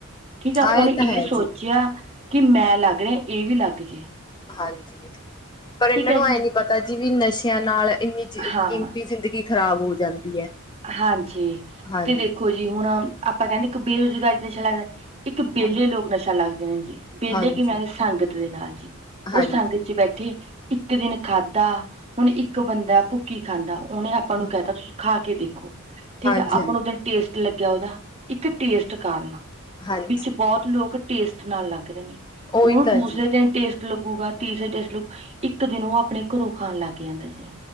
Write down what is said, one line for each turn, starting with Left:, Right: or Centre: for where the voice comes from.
Right: ਠੀਕ ਆ
Left: ਹਾਂ
Right: ਉਹਨੇ
Left: ਤਾਂ ਹੈ
Right: ਇਹ ਸੋਚਿਆ
Left: ਜੀ
Right: ਕਿ ਮੈਂ ਲੱਗ ਰਿਹਾ ਇਹ ਵੀ ਲੱਗ ਜੇ।
Left: ਹਾਂਜੀ ਪਰ
Right: ਠੀਕ
Left: ਇਹਨਾਂ
Right: ਹੈ
Left: ਨੂੰ ਐ
Right: ਜੀ
Left: ਨੀ ਪਤਾ ਜੀ ਵੀ ਨਸ਼ਿਆਂ ਨਾਲ ਇੰਨੀ ਜ
Right: ਹਾਂ
Left: ਕੀਮਤੀ ਜ਼ਿੰਦਗੀ ਖ਼ਰਾਬ ਹੋ ਜਾਂਦੀ ਹੈ।
Right: ਹਾਂਜੀ
Left: ਹਾਂਜੀ
Right: ਤੇ ਦੇਖੋ ਜੀ ਹੁਣ ਆਪਾਂ ਕਹਿੰਦੇ ਇੱਕ ਬੇਰੁਜ਼ਗਾਰੀ ਤੇ ਨਸ਼ਾ ਲੱਗਦਾ ਇੱਕ ਵਿਹਲੇ
Left: ਹਾਂਜੀ
Right: ਲੋਕ ਨਸ਼ਾ ਲੱਗਦੇ ਨੇ ਜੀ, ਵਿਹਲੇ
Left: ਹਾਂਜੀ
Right: ਕੀ ਬਨਾਦੇ ਸੰਗਤ ਦੇ ਨਾਲ ਜੀ, ਉਹ
Left: ਹਾਂਜੀ
Right: ਸੰਗਤ ਚ ਬੈਠੇ ਇੱਕ ਦਿਨ ਖਾਧਾ ਹੁਣ ਇੱਕ ਬੰਦਾ ਭੁੱਕੀ ਖਾਂਦਾ ਉਹਨੇ ਆਪਾਂ
Left: ਹਾਂ
Right: ਨੂੰ ਕਹਿਤਾ ਤੁਸੀ ਖਾ ਕੇ ਦੇਖੋ ਠੀਕ
Left: ਹਾਂਜੀ
Right: ਹੈ ਆਪਾਂ ਨੂੰ ਦਿਨ ਟੇਸਟ ਲੱਗਿਆ ਉਹਦਾ ਇੱਕ ਟੇਸਟ ਕਾਰਨ
Left: ਹਾਂਜੀ
Right: ਵਿੱਚ
Left: ਹਾਂਜੀ
Right: ਬਹੁਤ ਲੋਕ ਟੇਸਟ ਨਾਲ ਲੱਗ ਰਹੇ ਨੇ ਉਹਨੂੰ
Left: ਉਹੀ ਤਾਂ
Right: ਦੂਸਰੇ
Left: ਜੀ
Right: ਦਿਨ ਟੇਸਟ ਲੂਗਾ ਤੀਸਰੇ ਜਲ ਇੱਕ ਦਿਨ ਉਹ ਆਪਣੇ ਘਰੋਂ ਖਾਣ ਲੱਗ ਜਾਂਦਾ ਸੀ।